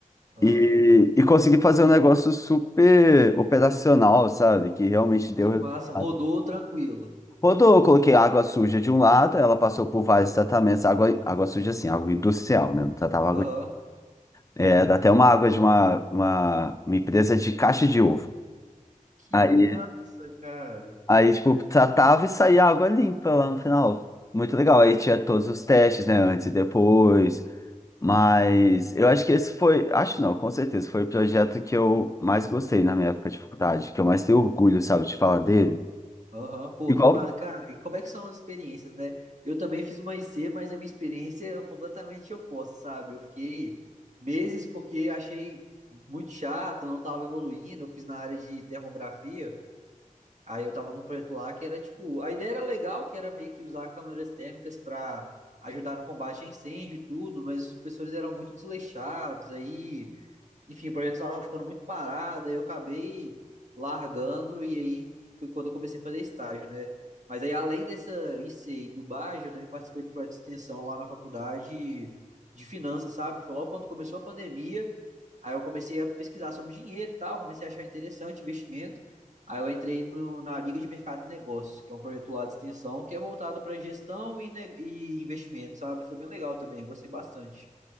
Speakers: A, on the right; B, on the left.
A: Aham.
B: E, e consegui fazer um negócio super operacional, sabe? Que realmente deu
A: Que
B: resultado.
A: massa. Rodou tranquilo.
B: Rodou, eu coloquei água suja de um lado, ela passou por vários tratamentos, água, água suja assim, água industrial, né? Não tratava
A: Aham.
B: água. É, dá até uma água de uma, uma, uma empresa de caixa de ovo.
A: Que
B: Aí,
A: massa, cara.
B: aí, tipo, tratava e saía água limpa lá no final. Muito legal. Aí tinha todos os testes, né? Antes e depois. Mas eu acho que esse foi, acho não, com certeza, foi o projeto que eu mais gostei na minha época de faculdade, que eu mais tenho orgulho, sabe, de falar dele.
A: Aham, pô,
B: Igual
A: que mara, cara. E como é que são as experiências, né? Eu também fiz uma IC, mas a minha experiência é completamente oposta, sabe? Eu fiquei meses porque achei muito chato, não tava evoluindo. Eu fiz na área de termografia. Aí eu tava num projeto lá que era tipo, a ideia era legal, que era meio que usar câmeras térmicas pra ajudar no combate a incêndio e tudo, mas os professores eram muito desleixados. Aí enfim, o projeto estava ficando muito parado, aí eu acabei largando e aí foi quando eu comecei a fazer estágio, né? Mas aí além dessa I C e do Bajo, eu também participei do projeto de extensão lá na faculdade de finanças, sabe? Foi logo quando começou a pandemia, aí eu comecei a pesquisar sobre dinheiro e tal, comecei a achar interessante investimento. Aí eu entrei no- na Liga de Mercado e Negócios, que é um projeto lá de extensão que é voltado para gestão e, ne- e investimento, sabe? Foi bem legal também, gostei bastante.